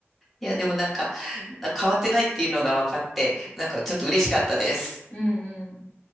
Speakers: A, in the centre; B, on the left.
A: いや、でもなんか、変わってないっていうのが分かって、なんかちょっと嬉しかったです。
B: うんうん。